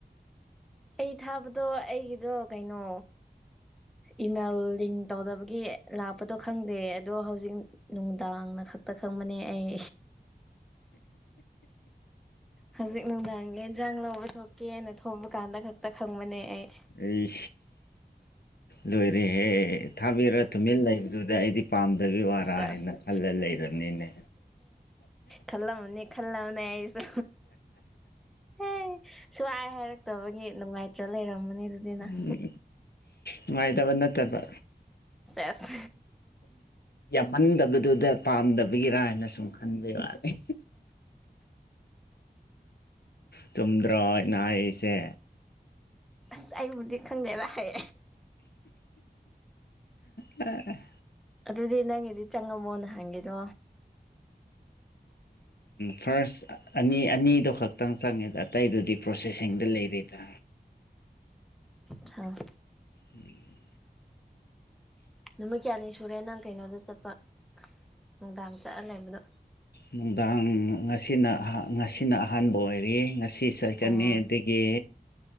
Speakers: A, in the centre; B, on the left.
A: ꯑꯩ ꯊꯥꯕꯗꯣ ꯑꯩꯒꯤꯗꯣ ꯀꯩꯅꯣ ꯏꯃꯦꯜ ꯂꯤꯡ ꯇꯧꯗꯕꯒꯤ ꯂꯥꯛꯄꯗꯣ ꯈꯪꯗꯦ ꯑꯗꯣ ꯍꯧꯖꯤꯛ ꯅꯨꯡꯗꯥꯡꯅ ꯈꯛꯇ ꯈꯪꯕꯅꯦ ꯑꯩ ꯍꯧꯖꯤꯛ ꯅꯨꯡꯗꯥꯡꯒꯤ ꯑꯦꯟꯁꯥꯡ ꯂꯧꯕ ꯊꯣꯛꯄ ꯀꯦꯅ ꯊꯣꯡꯕ ꯀꯥꯟꯗ ꯈꯛꯇ ꯈꯪꯕꯅꯦ ꯑꯩ
B: ꯑꯩ ꯂꯣꯏꯔꯦꯍꯦ ꯊꯥꯕꯤꯔ ꯊꯨꯝꯃꯤꯟ ꯂꯩꯕꯗꯨꯗ ꯑꯩꯗꯤ ꯄꯥꯝꯗꯕꯤ ꯋꯥꯔꯥ
A: ꯁꯦꯁ
B: ꯍꯥꯏꯅ ꯈꯜꯂ ꯂꯩꯔꯕꯅꯤꯅꯦ
A: ꯊꯜꯂ ꯑꯃꯅꯤꯅꯤ ꯈꯜꯂꯅ ꯍꯥꯏꯁꯨ ꯑꯦ ꯁ꯭ꯋꯥ ꯍꯥꯏꯔꯛꯇꯕꯒꯤ ꯅꯨꯡꯉꯥꯏꯇ꯭ꯔ ꯂꯩꯔꯝꯃꯅꯤ ꯑꯗꯨꯗꯤ ꯅꯪ
B: ꯎꯝ ꯅꯨꯡꯉꯥꯏꯇꯕ ꯅꯠꯇꯕ
A: ꯆꯦꯁ
B: ꯃꯟꯗꯕꯗꯨꯗ ꯄꯥꯝꯗꯕꯒꯤꯔꯥ ꯍꯥꯏꯅ ꯁꯨꯝ ꯈꯟꯕ ꯋꯥꯅꯤꯦ ꯆꯨꯝꯗ꯭ꯔꯅ ꯑꯩꯁꯦ
A: ꯑꯁ ꯑꯩꯕꯨꯗꯤ ꯈꯪꯗꯦꯔꯈꯩ
B: ꯑ
A: ꯑꯗꯨꯗꯤ ꯅꯪꯒꯤꯗꯤ ꯆꯪꯉꯃꯣꯅ ꯍꯪꯒꯦꯗꯣ
B: ꯐꯥꯔꯁ ꯑꯅꯤ ꯑꯅꯤꯗꯣ ꯈꯛꯇꯪ ꯆꯪꯉꯦꯗ ꯑꯇꯩꯗꯨꯗꯤ ꯄ꯭ꯔꯣꯁꯦꯁꯤꯡꯗ ꯂꯩꯔꯤꯦꯗ
A: ꯊꯪ
B: ꯎꯝ
A: ꯅꯨꯃꯤꯠ ꯀꯌꯥꯅꯤ ꯁꯨꯔꯦ ꯅꯪ ꯀꯩꯅꯣꯗ ꯆꯠꯄ ꯅꯨꯡꯗꯥꯡ ꯆꯠꯂ ꯂꯩꯕꯗꯣ
B: ꯅꯨꯡꯗꯥꯡ ꯉꯁꯤꯅ ꯉꯁꯤꯅ ꯑꯍꯥꯟꯕ ꯑꯣꯏꯔꯤ ꯉꯁꯤ ꯏꯁꯀ
A: ꯑꯣ
B: ꯑꯗꯨꯒꯦ